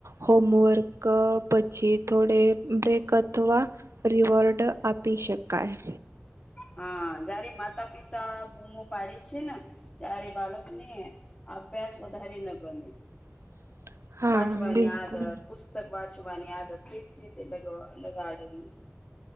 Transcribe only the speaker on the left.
હા જયારે માતા પિતા બૂમો પાડે છે ને ત્યારે બાલકને અભ્યાસ વધારે ન ગમે.
વાંચવાની
આદત, પુસ્તક વાંચવાની આદત, કેવી રીતે લગ લગાડવી?